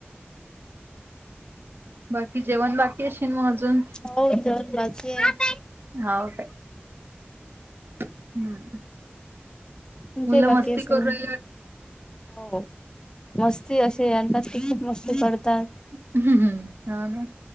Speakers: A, on the right; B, on the left.
A: बाकी जेवण बाकी अशीन म अजून?
B: हो विचार. <unintelligible>
A: हाव काय? हम्म.
B: तुमचे
A: मुलं
B: ही बाकी
A: मस्ती
B: असेल
A: करू
B: म.
A: राहिले वाटतं
B: हो मस्ती अशी आणतात की खूप मस्ती करतात.
A: हाव ना.